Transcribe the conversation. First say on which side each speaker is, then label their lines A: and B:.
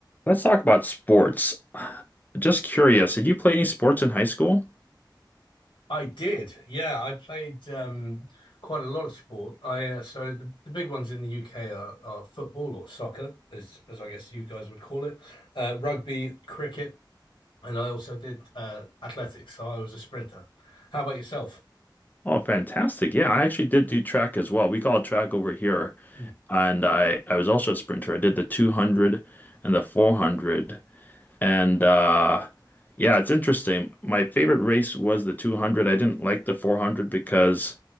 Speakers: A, on the left; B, on the left.
A: Let's talk about sports. Just curious, did you play any sports in high school?
B: I did. Yeah, I played um, quite a lot of sport. I uh, so the, the big ones in the UK are, are football or soccer, as as I guess you guys would call it, uh, rugby, cricket, and I also did uh, athletics. So I was a sprinter. How about yourself?
A: Oh, fantastic. Yeah, I actually did do track as well. We call it track over here.
B: Hmm.
A: And I, I was also a sprinter. I did the 200 and the 400. And uh, yeah, it's interesting. My favorite race was the 200. I didn't like the 400 because